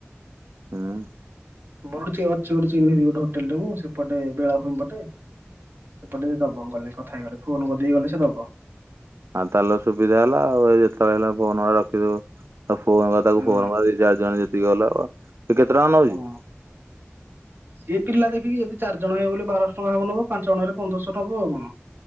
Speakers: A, on the right (about 70°); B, on the right (about 50°).
A: ହୁଁ।
B: ମୋର ଅଛି ଗୋଟ ଚହ୍ନିଚି ଗୋତେ ହୋଟେଲ ଟେ ମୁଁ ସେପଟେ ବେଳା ଭୂମି ପଟେ। ସେପଟେ ସେ ଦବ ଗଲେ କଥା ହେଇଗଲେ ଫୋନ କରିଦେଇ ଗଲେ ସେ ଦବ।
A: ଆ ତାହେଲେ ସୁବିଧା ହେଲା ଆଉ ଏ ଯେତେବେଳେ ହେଲେ ଫୋନ ମାରି ରଖିଦବୁ। ଆଉ ଫୋନ ତାକୁ
B: ହୁଁ
A: ଫୋନ କରିଦେଇ ଚାରି ଜଣ ଯେତିକି ଗଲା ସେ କେତେ ଟଙ୍କା ନେଉଛି?
B: ହୁଁ ସିଏ ପିଲା ଦେଖିକି ଯଦି ଚାରିଜଣ ହେବ ବୋଲେ ବାରଶହ ଟଙ୍କା ନବ ପାଞ୍ଚ ଜଣ ହେଲେ ପନ୍ଦରଶହ ନବ ଆଉ କଣ।